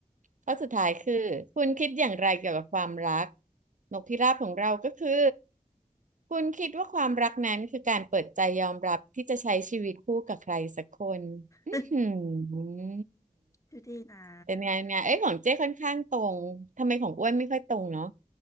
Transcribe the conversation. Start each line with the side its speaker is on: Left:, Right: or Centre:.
Right: ข้อสุดท้ายคือคุณคิดอย่างไรเกี่ยวกับความรักนกพิราบของเราก็คือคุณคิดว่าความรักนั้นคือการเปิดใจยอมรับที่จะใช้ชีวิตคู่กับใครสักคนอือหือ
Left: <laughs> ดูดีนะ
Right: เป็นไงเป็นไงเอ้ยของเจ้ค่อนข้างตรง ทำไมของอ้วนไม่ค่อยตรงเนาะ